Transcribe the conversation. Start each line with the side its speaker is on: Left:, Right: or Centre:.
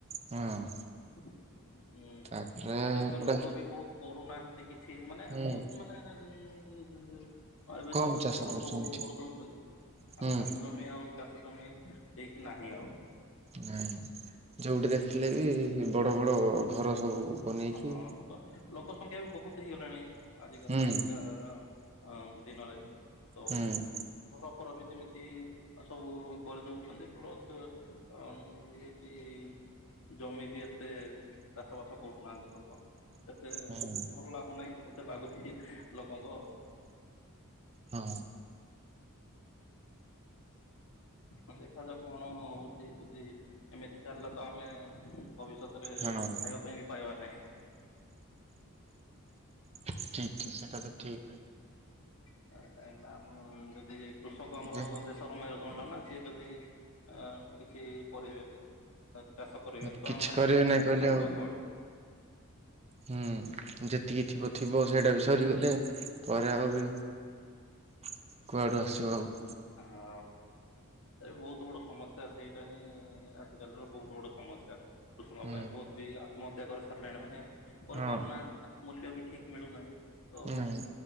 Right: ହଁ।
Left: ହୁଁ
Right: ତାପରେ
Left: ଗୋଟେ ଏବେ
Right: ଏପଟେ
Left: ଲୋକ ବି ବହୁତ କରୁ ନାହାଁନ୍ତି କିଛି ମାନେ
Right: ହୁଁ
Left: ବହୁତ ମାନେ <unintelligible> ଅ ଏବେ
Right: କମ୍
Left: ଯୋଉ
Right: ଚାଷ
Left: ଘର
Right: କରୁଛନ୍ତି।
Left: ସବୁ କରିଦଉଚନ୍ତି
Right: ହୁଁ
Left: ଆଉ ଚାଷ ଜମି ଆଉ ଚାଷ ତମେ ଦେଇକି ନାହିଁ ଆଉ ଆଉ।
Right: ନାଇଁ ଯୋଉଠି ଦେଖିଲେ ବି ବଡ଼ ବଡ଼ ଘର ସବୁ। ବନେଇକି
Left: ଓ ହଁ ତ ଲୋକ ସଂଖ୍ୟା ବି ବହୁତ ହେଇଗଲାଣି ଆଜିକାଲିକା
Right: ହୁଁ
Left: ଅଧିକା ଅ ଦିନରେ ତ
Right: ହୁଁ
Left: ଘର ଫର ବି ଯେମିତି ଆ ସବୁ କରିଦଉଚନ୍ତି ପ୍ଲସ୍ ଅ ଯିଏକି ଜମି ବି ଏତେ ଚାଷ ବାସ କରୁ ନାହାନ୍ତି ଲୋକ ସେତେ
Right: ହୁଁ
Left: ଭଲ ଲାଗୁନାହିଁ ମତେ ଲାଗୁଛିକି ଲୋକଙ୍କ
Right: ହଁ।
Left: ହଁ ଦେଖାଯାଉ କଣ ହଉଚି ଯଦି ଏମିତି ଚାଲିଲା ତ ଆମେ ଭବିଷତ୍ ତ ରେ ଖାଇବା
Right: ହଁ
Left: ପାଇଁ ବି ପାଇବା ନାହିଁ।
Right: <unintelligible> ସେଟା ତ ଠିକ୍।
Left: <unintelligible> କାହିଁକିନା ଆମ ଯଦି କୃଷକ ଆମର
Right: ଯେ
Left: ଦେଶର ମେରୁ ଦଣ୍ଡ ନା ସିଏ ଯଦି ଆ କି କିଛି କରିବେନି ତ ଚାଷ କରିବେନି
Right: ହୁଁ
Left: ତ
Right: କିଛି
Left: ଆମେ
Right: କରିବେ ନାଇଁ କହିଲେ
Left: ଖାଇବା
Right: ଆଉ।
Left: କୁଆଡ଼ୁ
Right: ହୁଁ ଯେତିକି ଥିବ ଥିବ ସେଇଟା ବି ସରିଗଲେ ପରେ ଆହୁରି କୁଆଡୁ ଆସିବ ଆଉ।
Left: ହଁ। ଏବେ ବହୁତ ବଡ ସମସ୍ୟା ସେଇଟା ହିଁ ଆଜିକାଲିର ବହୁତ ବଡ ସମସ୍ୟା। କୃଷକ ଙ୍କ
Right: ହୁଁ
Left: ପାଇଁ ବହୁତ ବି ଆତ୍ମହତ୍ୟା କରି ସାରିଲେଣି ମାନେ କରିପାରୁନାହାନ୍ତି
Right: ହଁ
Left: ନା ମୂଲ୍ୟ ବି ଠିକ୍ ମିଳୁନାହିଁ ତ
Right: ନାଇଁ